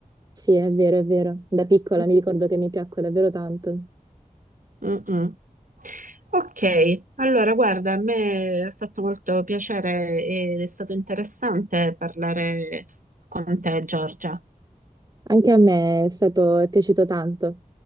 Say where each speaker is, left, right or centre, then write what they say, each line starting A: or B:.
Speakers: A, on the right (about 25°); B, on the right (about 70°).
A: Sì, è vero, è vero. Da piccola
B: Mm?
A: mi ricordo che mi piacque davvero tanto.
B: Mm-mm. Ok, allora guarda, a me ha fatto molto piacere ed è stato interessante parlare con te, Giorgia.
A: Anche a me è stato, è piaciuto tanto.